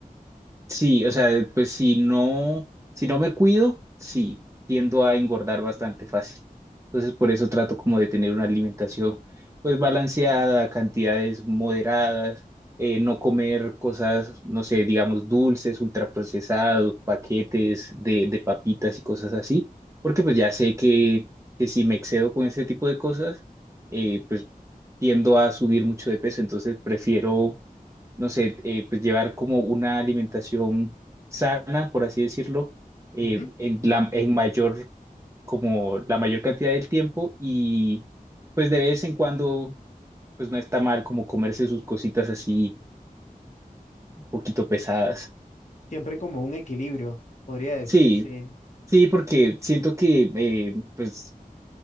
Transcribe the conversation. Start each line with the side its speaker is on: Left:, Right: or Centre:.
Right: Sí, o sea, pues si no, si no me cuido, sí, tiendo a engordar bastante fácil. Entonces, por eso trato como de tener una alimentación pues balanceada, cantidades moderadas, eh, no comer cosas, no sé, digamos dulces, ultraprocesados, paquetes de, de papitas y cosas así, porque pues ya sé que, que si me excedo con ese tipo de cosas, eh, pues tiendo a subir mucho de peso, entonces prefiero no sé, eh, pues llevar como una alimentación sana, por así decirlo, eh,
Left: Ujú.
Right: en la, en mayor, como la mayor cantidad del tiempo y pues de vez en cuando, pues no está mal como comerse sus cositas así un poquito pesadas.
Left: Siempre como un equilibrio, podría decirse.
Right: Sí, sí, porque siento que eh, pues